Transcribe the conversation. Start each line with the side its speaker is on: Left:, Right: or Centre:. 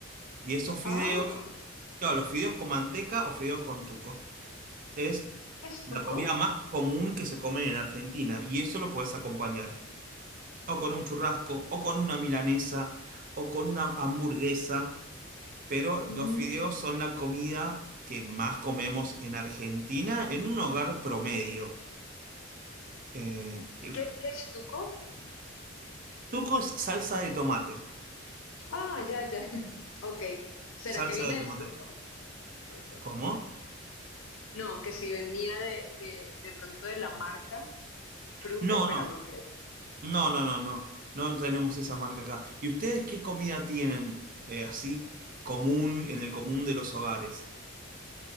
Right: Y esos fideos,
Left: Ah,
Right: claro, los fideos con manteca o fideos con tuco. Es
Left: ¿qué es
Right: la
Left: tuco?
Right: comida más común que se come en Argentina. Y eso lo puedes acompañar o con un churrasco, o con una milanesa, o con una hamburguesa. pero los
Left: Mm,
Right: fideos son la comida que más comemos en Argentina en un hogar promedio. Eh,
Left: ¿Y
Right: y ust-
Left: qué, qué es tuco?
Right: tuco es salsa de tomate.
Left: Ah, ya, ya. <laughs> Ok. ¿Será
Right: Salsa
Left: que viene
Right: de
Left: de
Right: tomate.
Left: fruco? No, no creo
Right: ¿Cómo?
Left: que. No, que si venía de, de, de pronto de la marca Fruco,
Right: No,
Left: pero
Right: no,
Left: no creo.
Right: no, no, no, no. No tenemos esa marca acá. ¿Y ustedes qué comida tienen eh, así común en el común de los hogares?